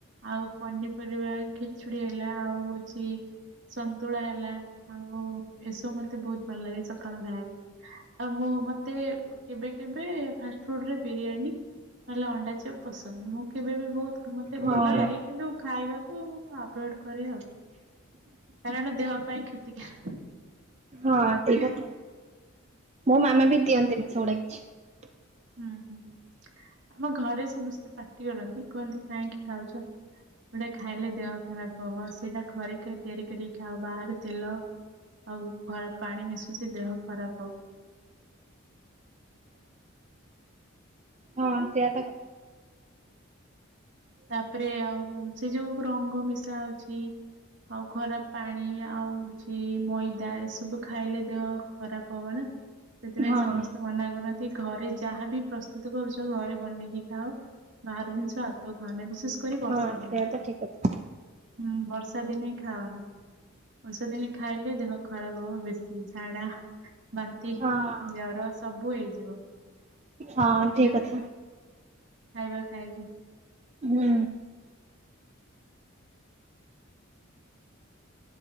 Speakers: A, on the right (about 60°); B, on the right (about 30°).
A: ଆଉ ପନିପରିବା ଖିଚୁଡି ହେଲା ଆଉ ହଉଛି ସନ୍ତୁଳା ହେଲା। ଆଉ ଏସବୁ ମତେ ବହୁତ ଭଲ ଲାଗେ, ସକାଳୁ ଖାଇବାକୁ। ଆଉ ମୁଁ ମତେ କେବେ କେବେ ଫାଷ୍ଟଫୁଡ ରେ ବିରିୟାନୀ ନହେଲେ ଅଣ୍ଡା ଚପ୍ ପସନ୍ଦ। ମୁଁ କେବେ ବି ବହୁତ ମତେ
B: ହଁ।
A: ଭଲ ଲାଗେ କିନ୍ତୁ ଖାଇବାକୁ ମୁଁ ଆଭୋଏଡ୍ କରେ ଆଉ। କାରଣ ଦେହ ପାଇଁ କ୍ଷତି କାର
B: ହଁ ଠିକ୍। ମୋ ମାମା ବି ଦିଅନ୍ତିନି ସେଗୁଡା କିଛି।
A: ହୁଁ ହୁଁ ଆମ ଘରେ ସମସ୍ତେ ପାଟି କରନ୍ତି କୁହନ୍ତି କାହିଁକି ଖାଉଚ। ଖାଇଲେ ଦେହ ଖରାପ ହବ। ସେଇଟା ଘରେ ଖା ତିଆରି କରିକି ଖାଅ ବାହରେ ତେଲ ଆଉ ଖରାପ ପାଣି ମିଶୁଚି ଦେହ ଖରାପ ହବ।
B: ହଁ ସେଆତା କଥା।
A: ତାପରେ ଆଉ ସେ ଯୋଉ ରଙ୍ଗ ମିଶା ହଉଚି ଆଉ ଖରାପ ପାଣି ଆଉ ଚି ମଇଦା ଏସବୁ ଖାଇଲେ ଦେହ ଖରାପ ହବ ନା। ସେଥିପାଇଁ
B: ହଁ
A: ସମସ୍ତେ ମନା କରନ୍ତି ଘରେ ଯାହାବି ପ୍ରସ୍ତୁତ କରୁଚ ଘରେ ବନେଇକି ଖାଅ। ବାହାର ଜିନିଷ ଆଦୌ ଖାଓନାହିଁ। ବିଶେଷ କରି ବର୍ଷା
B: ହଁ
A: ଦିନେ।
B: ସେଇଆ ତ ଠିକ କଥା
A: ହୁଁ ବର୍ଷା ଦିନେ ଖାଅନି। ବର୍ଷା ଦିନେ ଖାଇଲେ ଦେହ ଖରାପ ହବ ବେଶୀ। ଝାଡା ବାନ୍ତି,
B: ହଁ
A: ଜ୍ଵର ସବୁ ହେଇଯିବ।
B: ହଁ
A: ଏ
B: ଠିକ
A: ଯୋଉ
B: କଥା।
A: ଖାଇବା ଖାଇକି
B: ହୁଁ।